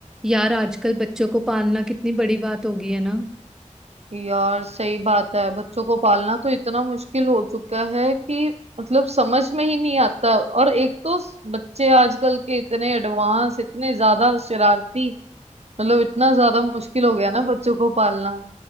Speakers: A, in the centre; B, on the right.
A: यार आजकल बच्चों को पालना कितनी बड़ी बात हो गई है ना
B: यार सही बात है बच्चों को पालना तो इतना मुश्किल हो चुका है कि मतलब समझ में ही नहीं आता और एक तो स- बच्चे आजकल के इतने एडवांस इतने ज्यादा शरारती मतलब इतना ज्यादा मुश्किल हो गया ना बच्चों को पालना